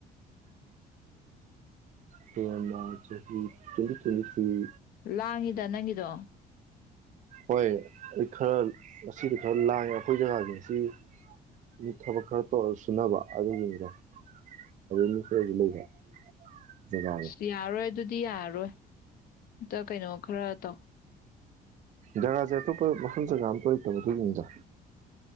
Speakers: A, on the right (about 45°); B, on the left (about 60°).
A: ꯀꯣꯔꯣꯅꯥ ꯆꯍꯤ ꯇꯣꯏꯟꯇꯤ ꯇꯣꯏꯟꯇꯤ ꯊꯔ꯭ꯤ
B: ꯂꯥꯡꯉꯤꯗ ꯅꯪꯒꯤꯗꯣ
A: ꯍꯣꯏ ꯑꯩ ꯈꯔ ꯉꯁꯤꯗꯤ ꯈꯔ ꯂꯥꯡꯉꯦ ꯑꯈꯣꯏ ꯖꯒꯥꯖꯦ ꯉꯁꯤ ꯃꯤ ꯊꯕꯛ ꯈꯔ ꯇꯧꯔ ꯁꯨꯅꯕ ꯑꯗꯨꯒꯤꯅꯤꯗ ꯑꯗꯨ ꯃꯤ ꯈꯔꯖꯨ ꯂꯩꯕ ꯖꯒꯥꯗꯣ
B: ꯑꯁ ꯌꯥꯔꯣꯏ ꯑꯗꯨꯗꯤ ꯌꯥꯔꯣꯏ ꯑꯝꯇ ꯀꯩꯅꯣ ꯈꯔ ꯇꯧ
A: ꯖꯒꯥꯖꯦ ꯑꯇꯣꯞꯄ ꯃꯐꯝ ꯖꯒꯥ ꯑꯝꯇ ꯂꯩꯇꯕ ꯑꯗꯨꯒꯤꯅꯤꯗ